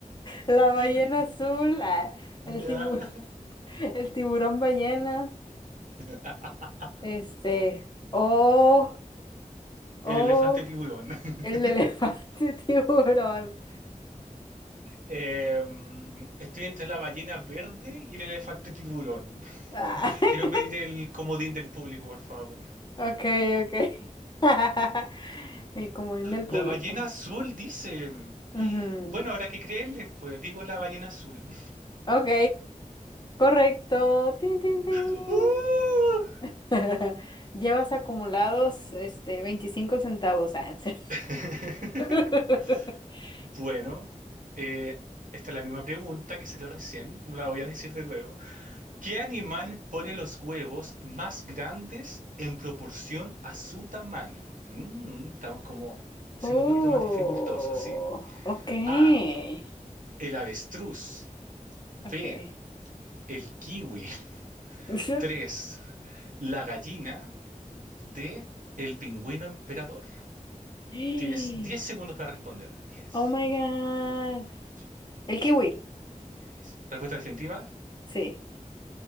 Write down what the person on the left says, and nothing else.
La ballena
azul, ah,
el tiburón, <laughs> el tiburón ballena,
este, oh, oh,
el elefante <laughs> tiburón.
Ah, <laughs>
ok, ok. <laughs> El comodín del
público.
Ujú.
Ok, correcto. Tin, tin, tin.
<laughs> Llevas acumulados este 25 centavos, Ansel.
<laughs>
Oh,
okay,
okay.
<laughs>
¡Ay!
Oh my God.
El
kiwi,
sí.